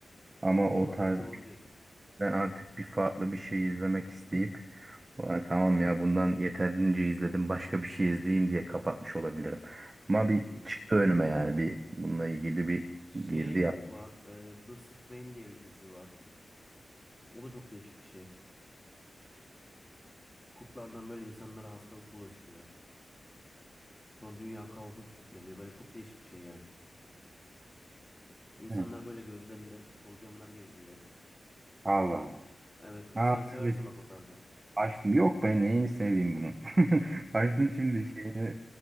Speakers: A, on the right (about 25°); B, on the left (about 15°).
A: Ama
B: O
A: o
B: da olabilir.
A: tarz
B: Doğru diyorsun.
A: ben artık bir farklı bir şey izlemek isteyip "Vay, tamam ya bundan yeterince izledim başka bir şey izleyeyim diye kapatmış olabilirim. Ama
B: Hmm.
A: bir çıktı önüme yani bir bununla ilgili bir
B: Şey
A: girdi yaptım.
B: var. e, The Strain diye bir dizi var. O da çok değişik bir şey. Kurtlardan böyle insanlara hastalık bulaşıyor. Sonra dünya kaosa sürükleniyor. Böyle çok değişik bir şey yani. İnsanlar
A: Hı.
B: böyle gözlerinde solucanlar geziyor.
A: Allah Allah.
B: Evet,
A: Ha,
B: sen seversin
A: evet.
B: bak o tarzı.
A: Açtım. Yok ben neyini seveyim bunu. <laughs> Açtım
B: Hı.
A: şimdi şeyini